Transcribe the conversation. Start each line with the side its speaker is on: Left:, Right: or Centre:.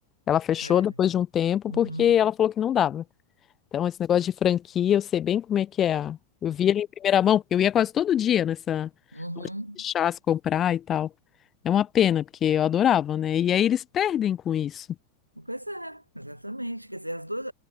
Left: Ela fechou
Right: É.
Left: depois de um tempo
Right: Uhum.
Left: porque ela falou que não dava. Então, esse negócio de franquia, eu sei bem como é que é. a- Eu vi ele em primeira mão, porque eu ia quase todo dia nessa
Right: Uhum.
Left: loja de chás comprar e tal. É uma pena, porque eu adorava, né? E aí eles perdem com isso.
Right: Pois é, exatamente. Quer dizer, as duas,